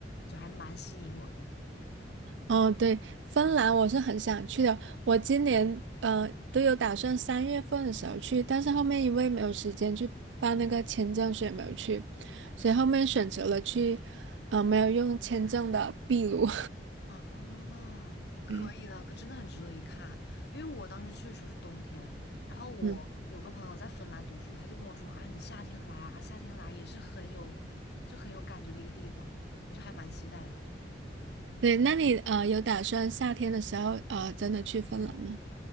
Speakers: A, on the left; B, on the right.
A: 就还蛮吸引我的。
B: 哦，对，芬兰我是很想去的，我今年呃都有打算三月份的时候去，但是后面因为没有时间去办那个签证，所以没有去，所以后面选择了去，呃，没有用签证的秘鲁。
A: 啊，
B: <laughs>
A: 可以的，
B: 嗯。
A: 可真的很值得一看。因为我当时去的时候是冬天，然后我有个朋友在芬兰读书，
B: 嗯，
A: 他就跟我说啊，你夏天来啊，夏天来也是很有，就很有感觉的一个地方，我就还蛮期待的。
B: 对，那你呃有打算夏天的时候呃真的去芬兰吗？